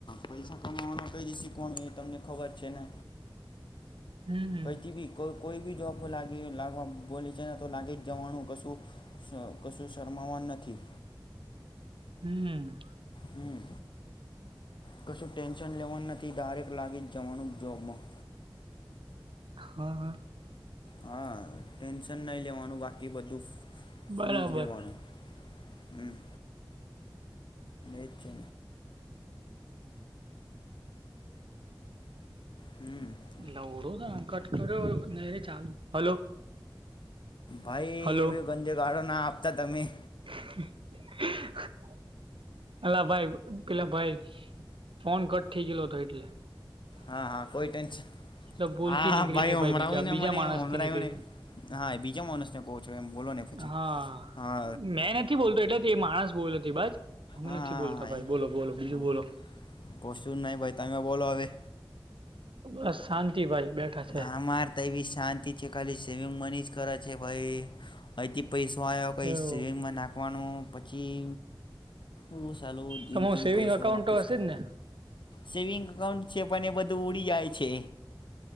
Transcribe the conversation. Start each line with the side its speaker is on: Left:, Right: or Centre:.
Left: પૈસા કમાવાના કઈ જીસી કોણ હોય એ તમને ખબર છે ને?
Right: હમ
Left: કઈ થી બી કો કોઈ બી જોબ લાગી બોલે છે ને તો લાગી જ જવાનું કશું કશું શર્મા વાનું નથી.
Right: હમ્મ.
Left: હમ કશું ટેન્શન લેવાનું નથી ડાયરેક લાગી જ જવાનું જોબમાં.
Right: હ હ.
Left: હ ટેન્શન નઈ લેવાનું બાકી બધું
Right: બરાબર
Left: ફ્રી જ રેવાનું હમ્મ એજ છે. હમ
Right: નવરો કામકાજ કર્યો નઈ રે ચાલુ હલો.
Left: ભાઈ
Right: હલો
Left: એવી ગંદીગાળો ના આપતા તમે.
Right: <inaudible> અલા ભાઈ પેલા ભાઈ ફોન કટ થઈ ગયલો હતો એટલે.
Left: હા હા કોઈ ટેન્શન
Right: તો ભૂલ
Left: હા
Right: થી નીકળી ગયા ભાઈ
Left: હમરાવ્યું
Right: બીજા
Left: ને
Right: બીજા
Left: મને
Right: માણસ
Left: હમરાયું
Right: થી નીકળી
Left: ને હા એ બીજા માણસને કહો છો એમ બોલો ને પછી
Right: હા
Left: હા
Right: મેં નથી બોલતો એટલે એ માણસ બોલ નથી બાજ અમે
Left: હા
Right: નથી બોલતા ભાઈ
Left: એ
Right: બોલો બોલો બીજું
Left: હા
Right: બોલો.
Left: કશું નહીં ભાઈ તમે બોલો હવે
Right: બસ શાંતિ ભાઈ. બેઠા છે
Left: હા અમાર તો એવી શાંતિ છે ખાલી સેવિંગ મની જ કર છે ભાઈ અહીંથી પૈસો આયો કંઈ
Right: એવું
Left: સેવિંગમાં નાખવાનો પછી ઓ સાલું જીન
Right: તમારું
Left: તીન
Right: સેવિંગ
Left: પૈસો
Right: અકાઉન્ટ
Left: વાપીસ
Right: તો હશે
Left: કર
Right: જ ને
Left: સેવિંગ એકાઉન્ટ છે પણ એ બ તો ઉડી જાય છે.